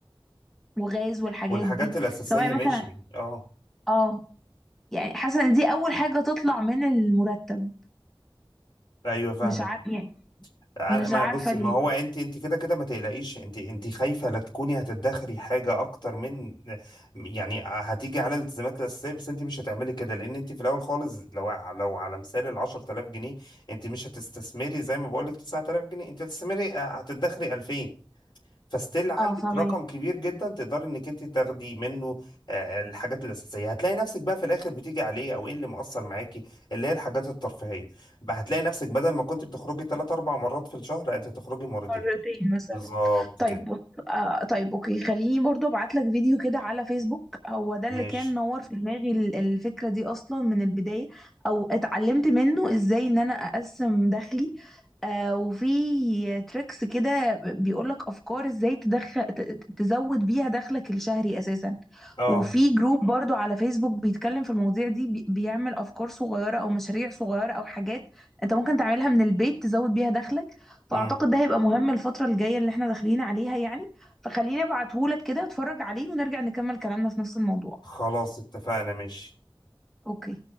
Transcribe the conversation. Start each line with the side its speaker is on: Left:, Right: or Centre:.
Centre: وغاز والحاجات
Left: والحاجات
Centre: دي
Left: الأساسية
Centre: سواء
Left: ماشي
Centre: مثلا
Left: أه
Centre: اه يعني حاسه ان دي اول حاجه تطلع من المرتب
Left: أيوه فاهمك
Centre: مش عارفه يعني
Left: أنا-
Centre: مش
Left: ما
Centre: عارفه
Left: بص ما
Centre: ليه
Left: هو أنت أنت كده كده ما تقلقيش أنت أنت خايفة لا تكوني هتدخري حاجة أكتر من يعني هتيجي على الالتزامات الأساسية بس أنت مش هتعملي كده لأن أنت في الأول خالص لو لو على مثال ال 10000 جنيه أنت مش هتستثمري زي ما بقول لك 9000 جنيه أنت هتستثمري آه، هتدخري 2000 فستيل عندك
Centre: اه فاهمه
Left: رقم كبير جدا تقدر انك انت تاخدي منه آه، الحاجات الاساسيه هتلاقي نفسك بقى في الاخر بتيجي عليه او ايه اللي مؤثر معاكي اللي هي الحاجات الترفيهيه بقى هتلاقي نفسك بدل ما كنت بتخرجي ثلاث اربع مرات في الشهر لا، انت تخرجي مرتين
Centre: مرتين مثلا
Left: بالظبط
Centre: طيب
Left: كده
Centre: بص آه طيب اوكي خليني برضو ابعت لك فيديو كده على فيسبوك هو ده اللي
Left: ماشي
Centre: كان نور في دماغي ال- الفكرة دي اصلا من البداية او اتعلمت منه ازاي ان انا اقسم دخلي آه وفي تريكس كده بيقول لك افكار ازاي تدخل ت- ت- تزود بيها دخلك الشهري اساسا
Left: اه
Centre: وفي جروب برضو على فيسبوك بيتكلم في المواضيع دي بي- بيعمل افكار صغيرة او مشاريع صغيرة او حاجات انت ممكن تعملها من البيت تزود بيها دخلك
Left: امم
Centre: فاعتقد ده هيبقى مهم الفترة الجاية اللي احنا داخلين عليها يعني فخليني ابعتهولك كده اتفرج عليه ونرجع نكمل كلامنا في نفس الموضوع
Left: خلاص اتفقنا ماشي
Centre: اوكي